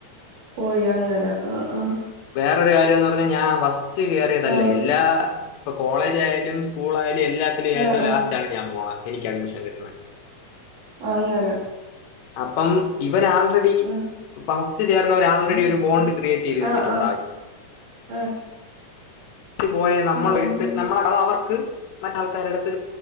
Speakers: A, on the right (about 55°); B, on the left (about 70°).
A: പോയി അങ്ങന ആഹ് ആഹ്
B: വെറോരു കാര്യന്ന് പറഞ്ഞാൽ ഞാൻ ഫസ്റ്റ് കേറിയതല്ലേ
A: ആ
B: എല്ലാ ഇപ്പൊ കോളേജായാലും സ്കൂളായാലും എല്ലാത്തിലും ഏറ്റവും
A: ആ ആ
B: ലാസ്റ്റാണ് ഞാൻ പോണ എനിക്ക് അഡ്മിഷൻ കിട്ടണെ
A: അങ്ങനെ
B: അപ്പം ഇവർ ആൾറെഡി
A: ആ
B: ഫസ്റ്റ് ചേർന്നവര് ആൾറെഡി ഒരു ബോണ്ട് ക്രിയേറ്റ് ചെയ്ത്
A: ആഹ്
B: വെച്ചിട്ടുണ്ട്
A: ആഹ് ആഹ്
B: ലാസ്‌റ്റ് പോയ നമ്മളട്ട്
A: അങ്ങനെ
B: നമ്മ അവർക്ക് മറ്റ ആൾക്കാരുടുത്തൊരു